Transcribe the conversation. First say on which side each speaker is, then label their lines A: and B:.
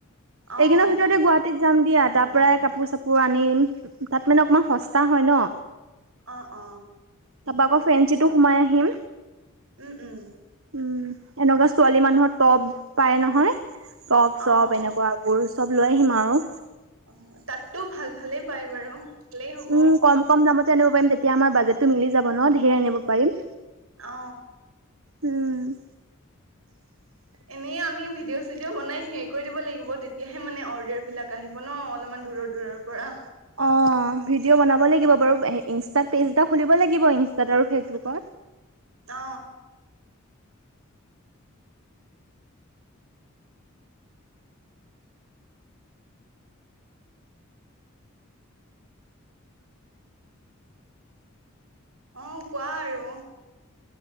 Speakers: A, on the right; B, on the right.
A: অ'।
B: এইদিনৰ ভিতৰতে গুৱাহাটী ৰাাটত যাম দিয়া তাৰ পৰাই কাপোৰ চাপোৰ আনিম তাত মানে অকণমান সস্তা হয় ন
A: অ অ
B: তাপা আকৌ ফেঞ্চিটো সোমাই আহিম
A: উম উম
B: উম এনেকুৱা ছোৱালী মানুহৰ টপ পায় নহয় টপ চপ
A: অ',
B: এনেকুৱা মোৰ চব লৈ আহিম আৰু
A: অ তাতটো ভাল ভালেই পাই বাৰু ভালেই হ'ব
B: উ কম কম দামতে আনিব পাৰিম তেতিয়া আমাৰ বাজেটো মিলি যাব ন ধেৰ আনিব পাৰিম
A: অ
B: উম <inaudible>
A: এনেই আমি ভিডিঅ' চিডিঅ' বনাই হেৰি কৰি দিব লাগিব তেতিয়াহে মানে অৰ্ডাৰ বিলাক আহিব ন অলপমান দূৰৰ দূৰৰ পৰা
B: অঁ ভিডিঅ' বনাব লাগিব বাৰু ইনষ্টাত পেজ এটা খুলিব লাগিব ইনষ্টাত আৰু ফেচবুকত
A: অ অ কোৱা আৰু